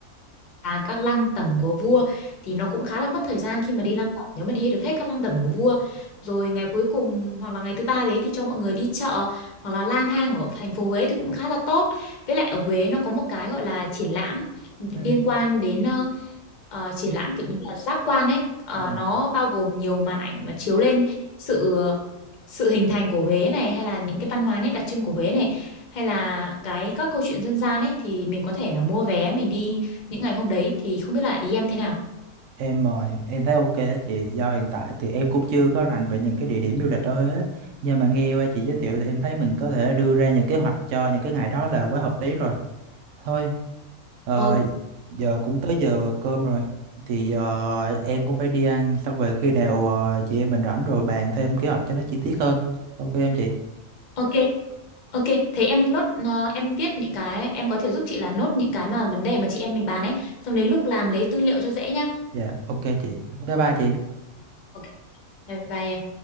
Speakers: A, on the left; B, on the right.
A: à, các lăng tẩm của vua thì nó cũng khá là mất thời gian khi mà đi lăng tẩm nếu mà đi được hết các lăng tẩm của vua rồi ngày cuối cùng hoặc là ngày thứ ba đấy thì cho mọi người đi chợ hoặc là lang thang ở thành phố Huế thì cũng khá là tốt với lại ở Huế nó có một cái gọi là triển lãm liên
B: ừ
A: quan đến ờ, ờ, triển lãm kiểu như là giác quan ấy Ờ,
B: dạ.
A: nó bao gồm nhiều màn ảnh mà chiếu lên sự sự hình thành của Huế này hay là những cái văn hóa nét đặc trưng của Huế này hay là cái các câu chuyện dân gian ấy thì mình có thể là mua vé mình đi những ngày hôm đấy thì không biết là ý em thế nào
B: em mời em thấy ok á chị do hiện tại thì em cũng chưa có rành về những cái địa điểm du lịch ở Huế nhưng mà nghe qua chị giới thiệu thì em thấy mình có thể đưa ra những kế hoạch cho những cái ngày đó là quá hợp lý rồi Thôi, ờ,
A: ok
B: giờ cũng tới giờ cơm rồi. Thì ờ, em cũng phải đi ăn. Xong về khi nào ờ, chị em mình rảnh rồi bàn thêm kế hoạch cho nó chi tiết hơn. Ok em chị.
A: ok ok thế em nốt ờ, em viết những cái em có thể giúp chị là nốt những cái mà vấn đề mà chị em mình bàn ấy xong đến lúc làm lấy tư liệu cho dễ nhá
B: Dạ, ok chị. Bye bye chị.
A: ok bye bye em